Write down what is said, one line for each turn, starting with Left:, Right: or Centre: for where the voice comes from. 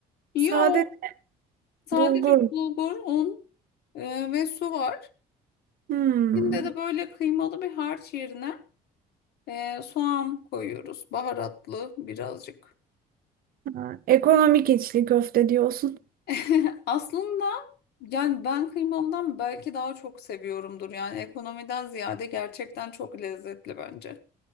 Left: Yo.
Right: sade
Left: Sadece
Right: bulgur mu?
Left: bulgur, un e, ve su var.
Right: Hmm.
Left: İçinde de böyle kıymalı bir harç yerine e, soğan koyuyoruz. Baharatlı birazcık.
Right: Ha, Ekonomik içli köfte diyorsun.
Left: <laughs> Aslında yani ben kıymalıdan belki daha çok seviyorumdur. Yani ekonomiden ziyade gerçekten çok lezzetli bence.